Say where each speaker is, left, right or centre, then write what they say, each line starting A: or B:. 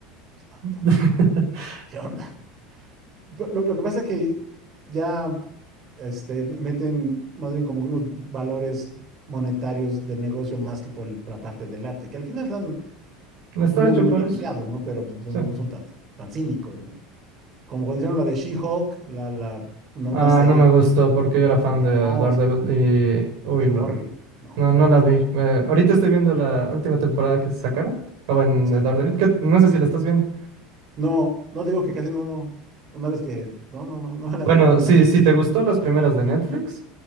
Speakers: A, on the right; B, on the right.
A: Pues no,
B: <laughs>
A: tampoco. ¿Qué onda? Pero Lo, lo que pasa es que ya este, me- meten más bien como que unos valores monetarios de negocio más que por el- por la parte del arte, que al final están
B: No está
A: muy,
B: hecho
A: muy
B: para
A: bien
B: eso.
A: ligados, ¿no? Pero pues, no,
B: Sí.
A: no son tan, tan cínicos, ¿no? como cuando hicieron la de She-Hulk, la, la, una,
B: Ah,
A: una serie,
B: no me gustó porque yo era fan
A: como que
B: de
A: no,
B: Daredevil
A: o sea,
B: y... Uy,
A: sorry,
B: lo-
A: no,
B: no,
A: no
B: no
A: inventes.
B: la vi. Eh, ahorita estoy viendo la última temporada que sacaron. O bueno,
A: Sí,
B: de Daredevil, que no sé si la estás viendo.
A: no, no digo que casi no, no, una vez que, no, no, no, no me late,
B: Bueno,
A: no me
B: sí,
A: late.
B: si te gustó las primeras de Netflix,